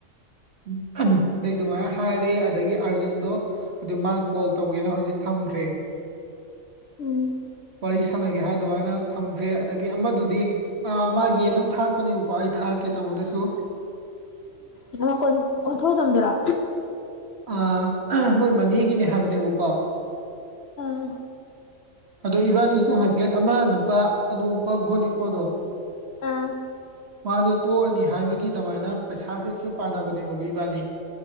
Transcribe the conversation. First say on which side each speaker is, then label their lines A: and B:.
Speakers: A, on the right; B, on the left.
A: ꯎꯝ ꯑꯍꯝ ꯑꯗꯩ ꯑꯗꯨꯃꯥꯏꯅ ꯍꯥꯏꯔꯑꯦ ꯑꯗꯒꯤ ꯑꯥꯔꯖꯨꯟꯗꯣ꯫ ꯑꯗꯨ ꯃꯥ ꯀꯣꯜ ꯇꯧꯒꯦꯅ ꯍꯧꯖꯤꯛ ꯊꯝꯈ꯭ꯔꯦ
B: ꯎꯝ
A: ꯋꯥꯔꯤ ꯁꯥꯟꯅꯒꯦ ꯍꯥꯏ꯫ ꯑꯗꯨꯃꯥꯏꯅ ꯊꯝꯈ꯭ꯔꯦ ꯑꯗꯒꯤ ꯑꯃꯗꯨꯗꯤ꯫ ꯑ ꯃꯥꯒꯤꯅꯝ ꯊꯥꯔꯛꯄꯅꯦꯕꯀꯣ ꯑꯩ ꯊꯥꯔꯛꯀꯦ ꯇꯥꯃꯣꯗꯁꯨ꯫
B: ꯎꯝ ꯑꯃ ꯀꯣꯟꯊꯣꯡ ꯆꯝꯗꯔꯣ꯫
A: ꯑ ꯃꯣꯏ ꯃꯅꯦꯒꯤꯅꯦ ꯍꯥꯏꯕꯅꯦꯕꯀꯣ
B: ꯑꯥ
A: ꯑꯗꯣ ꯏꯕꯥꯅꯤꯁꯨ ꯍꯥꯏꯐꯦꯠ ꯑꯃ ꯅꯨꯄꯥ ꯑꯅꯣꯛ ꯎꯄ ꯚꯣꯠ ꯂꯦꯞꯄꯗꯣ
B: ꯑꯥ
A: ꯃꯥꯁꯨ ꯇꯣꯛꯑꯅꯤ ꯍꯥꯏꯕꯒꯤ ꯑꯗꯨꯃꯥꯏꯅ ꯄꯩꯁꯥꯐꯤꯠꯁꯨ ꯄꯥꯅꯕꯅꯦꯕ ꯏꯕꯥꯅꯤ